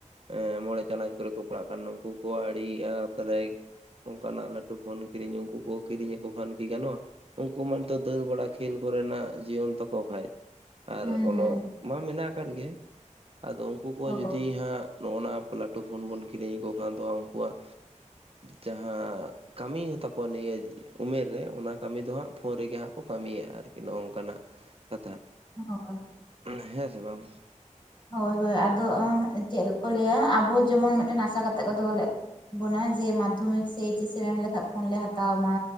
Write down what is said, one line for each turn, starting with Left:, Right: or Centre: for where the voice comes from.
Right: ᱮ ᱢᱚᱬᱮ ᱪᱟᱱᱟᱪ ᱠᱚᱨᱮ ᱠᱚ ᱯᱟᱲᱟᱜ ᱠᱟᱱ ᱱᱩᱝᱠᱩ ᱠᱚ ᱟᱹᱰᱤ ᱟ <inaudible> ᱚᱱᱠᱟᱱᱟᱜ ᱞᱟᱹᱴᱩ ᱯᱷᱳᱱ ᱠᱤᱨᱤᱧ ᱩᱱᱠᱩ ᱠᱚ ᱠᱤᱨᱤᱧ ᱟᱠᱚ ᱠᱷᱟᱱ ᱜᱟᱱᱚᱜᱼᱟ ᱩᱱᱠᱩ ᱢᱟ ᱱᱤᱛᱚᱜ ᱫᱟᱹᱲ ᱵᱟᱲᱟ ᱠᱷᱮᱞ ᱠᱚᱨᱮᱱᱟᱜ ᱡᱤᱭᱚᱱ ᱛᱟᱠᱚ ᱵᱷᱟᱭ᱾ ᱟᱨ
Left: ᱦᱩᱸ
Right: ᱚᱞᱚᱜ
Left: ᱦᱩᱸ
Right: ᱢᱟ ᱢᱮᱱᱟᱜ ᱟᱠᱟᱫ ᱜᱮ ᱟᱫᱚ ᱩᱱᱠᱩ ᱠᱚ
Left: ᱦᱳᱭ
Right: ᱡᱩᱫᱤ ᱦᱟᱸᱜ ᱱᱚᱜᱼᱱᱟ ᱞᱟᱹᱴᱩ ᱯᱷᱳᱱ ᱵᱚᱱ ᱠᱤᱨᱤᱧ ᱟᱠᱚ ᱠᱷᱟᱱ ᱫᱚ ᱩᱱᱠᱩᱣᱟᱜ ᱡᱟᱦᱟᱸ ᱠᱟᱹᱢᱤᱭᱟ. ᱛᱟᱠᱚ ᱱᱤᱭᱟᱹ ᱩᱢᱮᱨ ᱨᱮ᱾ ᱚᱱᱟ ᱠᱟᱹᱢᱤ ᱫᱚ ᱦᱟᱸᱜ ᱯᱷᱳᱱ ᱨᱮᱜᱮ ᱦᱟᱸᱜ ᱠᱚ ᱠᱟᱹᱢᱤᱭᱟ ᱟᱨᱠᱤ ᱱᱚᱜᱝᱠᱟᱱᱟᱜ ᱠᱟᱛᱷᱟ᱾
Left: <unintelligible>
Right: ᱦᱮᱸ ᱥᱮ ᱵᱟᱝ
Left: ᱦᱳᱭ ᱦᱳᱭ ᱟᱫᱚ ᱪᱮᱫ ᱠᱚ ᱞᱟᱹᱭᱟ ᱟᱵᱚ ᱡᱮᱢᱚᱱ ᱢᱤᱫᱴᱮᱱ ᱟᱥᱟ ᱠᱟᱛᱮᱫ ᱠᱚ ᱫᱚᱦᱚ ᱞᱮᱫ ᱵᱱᱟ ᱡᱮ ᱢᱟᱫᱽᱫᱷᱚᱢᱤᱠ ᱥᱮ ᱮᱭᱤᱪ ᱮᱥ ᱮᱢ ᱞᱮᱠᱟᱱᱡ ᱯᱷᱳᱱ ᱞᱮ ᱦᱟᱛᱟᱣ ᱟᱢᱟ᱾